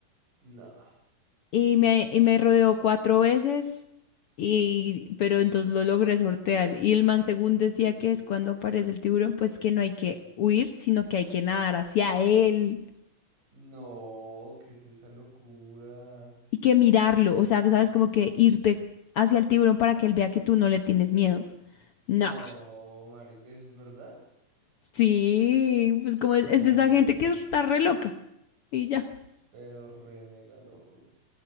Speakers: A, on the right; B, on the left.
A: No,
B: Y me, y me rodeó cuatro veces, y, pero entonces lo logré sortear. Y el man, según decía que es cuando aparece el tiburón, pues que no hay que huir, sino que hay que nadar hacia él
A: no, ¿qué es esa locura?
B: y que mirarlo. O sea, que sabes, como que irte hacia el tiburón para que él vea que tú no le tienes miedo. No,
A: No, marica, ¿eso es verdad?
B: sí, pues como
A: No,
B: es, es de esa gente que
A: marica.
B: está re loca y ya.
A: Pero re mega loco.